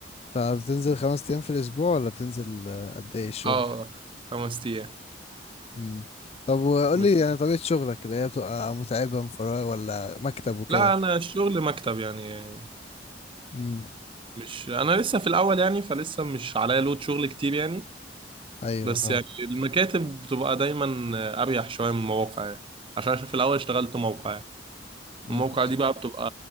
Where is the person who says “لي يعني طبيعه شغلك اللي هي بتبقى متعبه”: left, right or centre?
Left